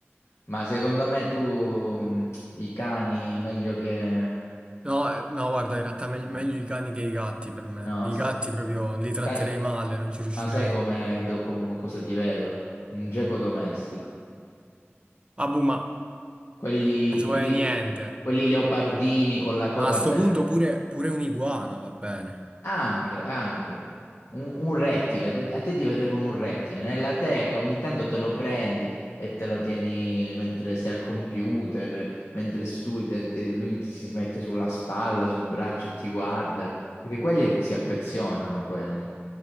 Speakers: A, on the left; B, on the right.
A: Ma secondo me tu mm, i cani meglio che...
B: No, eh, no, guarda, in realtà meglio,
A: No,
B: meglio i cani che i gatti per me.
A: no,
B: I
A: se-
B: gatti proprio li tratterei
A: sai-
B: male, non ci riuscirei.
A: ma sai come, do- come- con cosa ti vedo? Un geco domestico.
B: Ah, boh, ma
A: Quelli,
B: non ci
A: quelli,
B: vuole niente.
A: quelli leopardini con la coda
B: Ma a sto
A: bella
B: punto
A: ciccia.
B: pure, pure un'iguana va bene.
A: Anche, anche. Un, un rettile, ecco, a te ti vedrei con un rettile, nella teca ogni tanto te lo prendi e te lo tieni mentre sei al computer, mentre studi, te- te- lui ti, si mette sulla spalla, sul braccio e ti guarda, perché quelli si affezionano, quelli.